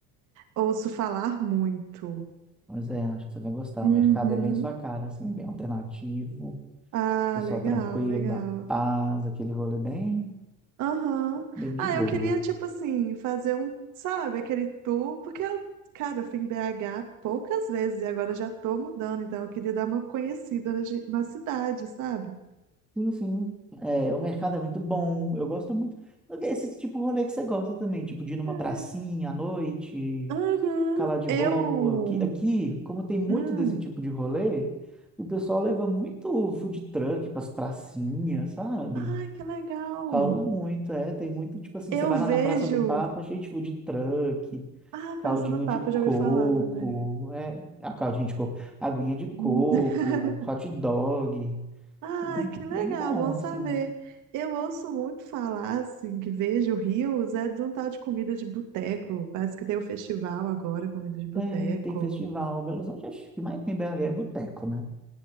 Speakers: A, on the right; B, in the centre.
A: Ouço falar muito.
B: Pois é, acho que você vai gostar.
A: Uhum.
B: O mercado é bem sua cara, assim, é bem alternativo,
A: Ah,
B: pessoal
A: legal,
B: tranquilo,
A: legal.
B: da paz, aquele rolê bem,
A: Aham.
B: bem de
A: Ah,
B: boa.
A: eu queria, tipo assim, fazer um, sabe, aquele tour, porque eu, cara, eu fui em BH poucas vezes e agora já tô mudando, então eu queria dar uma conhecida na, gi- na cidade, sabe?
B: Sim, sim. É, o mercado é muito bom. Eu gosto muito. Esse tipo de rolê que você gosta também, tipo de ir numa
A: É.
B: pracinha à noite,
A: Uhum,
B: ficar lá de
A: eu.
B: boa. Aqui, aqui, como tem muito
A: Hum.
B: desse tipo de rolê, o pessoal leva muito food truck pras pracinhas, sabe?
A: Ai, que legal!
B: Rola muito, é. Tem muito, tipo assim,
A: Eu
B: você vai
A: vejo.
B: lá na Praça do Papa, cheio de food truck,
A: Ah, a
B: caldinho
A: Praça do Papa,
B: de
A: eu
B: coco,
A: já ouvi falar também.
B: é, a caldinho de coco, aguinha de coco,
A: Hum. <laughs>
B: hot dog.
A: Ah,
B: É bem,
A: que legal,
B: bem bom,
A: bom
B: assim.
A: saber. Eu ouço muito falar, assim, que vejo rios, é de um tal de comida de boteco. Parece que tem um festival agora, comida de boteco.
B: Tem, tem festival. Belo Horizonte, acho que o que mais tem BH é boteco, né?